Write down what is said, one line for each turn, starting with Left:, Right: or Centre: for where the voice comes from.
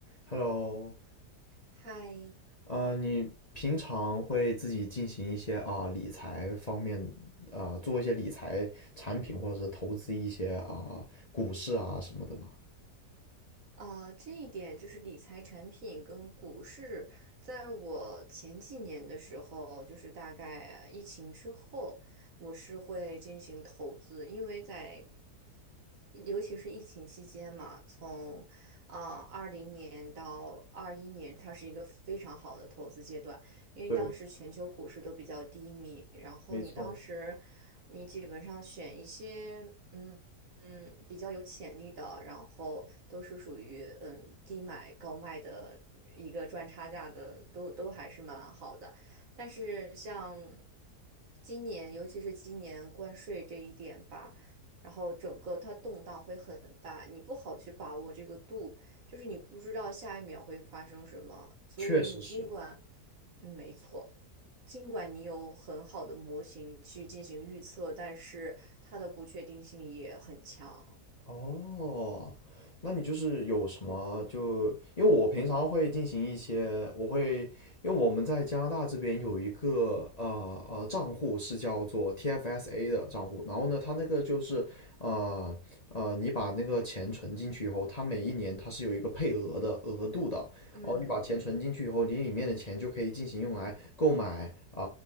Left: Hello，
Right: 嗨，
Left: 呃，你平常会自己进行一些啊、理财方面啊、做一些理财产品或者是投资一些啊、股市啊什么的吗？
Right: 啊，这一点就是理财产品跟股市，在我前几年的时候，就是大概疫情之后，我是会进行投资，因为在尤其是疫情期间嘛，从啊二零年到二一年，它是一个非常好的投资阶段，因为当时全球股市都比较低迷，
Left: 对，
Right: 然后你当时
Left: 没错，
Right: 你基本上选一些。嗯。嗯，比较有潜力的，然后都是属于嗯低买高卖的一个赚差价的，都都还是蛮好的。但是像今年，尤其是今年关税这一点吧，然后整个它动荡会很大，你不好去把握这个度，就是你不知道下一秒会发生什么，所以你尽管，
Left: 确实是。
Right: 嗯没错。尽管你有很好的模型去进行预测，但是它的不确定性也很强。
Left: 哦，那你就是有什么就，因为我平常会进行一些，我会，因为我们在加拿大这边有一个呃呃账户是叫做 TFSA 的账户，然后呢，它那个就是呃呃，你把那个钱存进去以后，它每一年它是有一个配额的额度的，
Right: 嗯，
Left: 哦，你把钱存进去以后，你里面的钱就可以进行用来购买啊